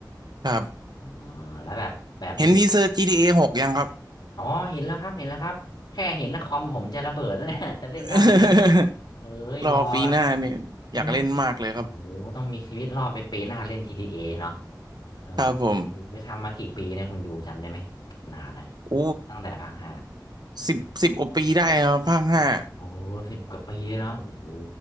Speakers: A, on the right; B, on the left.
A: ครับ
B: อ๋อแล้วแบบแบบมี
A: เห็นทีเซอร์ GTA 6ยังครับ
B: อ๋อเห็นแล้วครับเห็นแล้วครับแค่เห็นแล้วคอมผมจะระเบิดแล้วเนี่ย <laughs> จะเล่นได้ไหมเนี่ย
A: <laughs>
B: เอ้ยรอ
A: รอปีหน้าเนี่ยอยากเล่นมากเลยครับ
B: ใช่ไหม โอ้โหต้องมีชีวิตรอดไปปีหน้าเล่นที t a เอเนาะเออ
A: ครับผม
B: ได้ทำมากี่ปีเนี่ยคุณอยู่จำได้ไหมนานนะ
A: โอ้
B: ตั้งแต่ภาคห้า
A: สิบสิบกว่าปีได้ครับภาคห้า
B: โอ้สิบกว่าปีเนาะโอ้โห